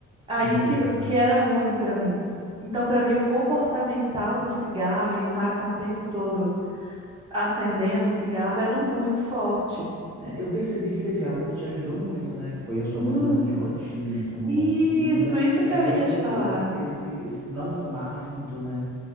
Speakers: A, on the right; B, on the right.
A: aí
B: entendi.
A: que, que era ruim para mim. Então, para mim, o comportamental do cigarro e estar com o tempo todo acendendo um cigarro era muito forte.
B: É, eu percebi que teve algo que te ajudou muito, né? Que foi a sua
A: Hum,
B: mudança de rotina, a sua mudança
A: Isso,
B: de vida.
A: isso que
B: Aí
A: eu
B: você
A: ia te
B: trouxe
A: falar.
B: esse, esse não fumar junto, né?